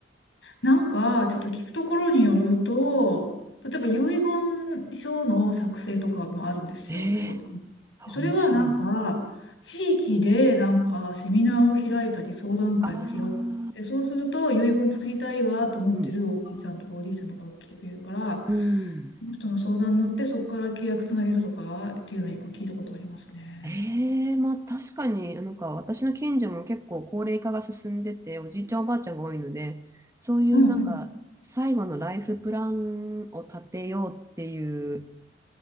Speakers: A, on the left; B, on the right.
A: なんか、ちょっと聞くところによると、例えば遺言書の作成とかもあるんですよ、
B: ええ
A: 仕事に。
B: ー、
A: それはなんか、
B: 面白い。
A: 地域でなんかセミナーを開いたり相談会を開く。
B: ああ、
A: で、そうすると遺言作りたいわと思ってるおばあちゃんとかおじいちゃんとかが来てくれるから、
B: うんうん。
A: その人の相談に乗ってそこから契約つなげるとかっていうのは一個聞いたことありますね。
B: ええまあ確かに、なんか私の近所も結構高齢化が進んでて、おじいちゃんおばあちゃんが多いので、そういうなんか最後のライフプランを立てようっていう
A: うんうん